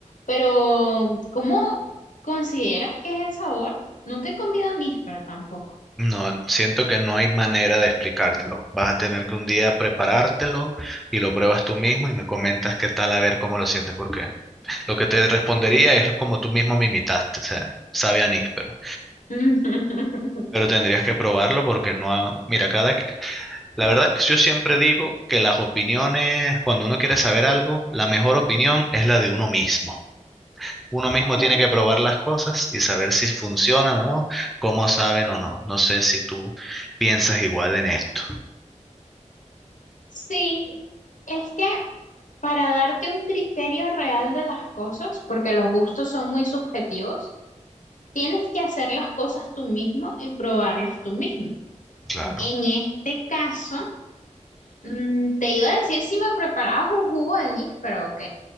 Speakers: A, on the left; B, in the centre.
A: pero, ¿cómo consideras que es el sabor? Nunca he comido anís, pero tampoco.
B: No, siento que no hay manera de explicártelo. Vas a tener que un día preparártelo y lo pruebas tú mismo y me comentas qué tal, a ver cómo lo sientes, porque lo que te respondería es como tú mismo me imitaste, o sea, sabe a níspero.
A: <laughs>
B: Pero tendrías que probarlo porque no, ha- mira, cada, que- la verdad es que yo siempre digo que las opiniones, cuando uno quiere saber algo, la mejor opinión es la de uno mismo. Uno mismo
A: Ok,
B: tiene que probar las cosas y saber si funcionan o no, cómo saben o no. No sé si tú piensas igual en esto.
A: sí, es que Para darte un criterio real de las cosas, porque los gustos son muy subjetivos, tienes que hacer las cosas tú mismo y probarlas tú mismo.
B: Claro.
A: En este caso, mm, te iba a decir si me preparabas un jugo de anís, pero ok.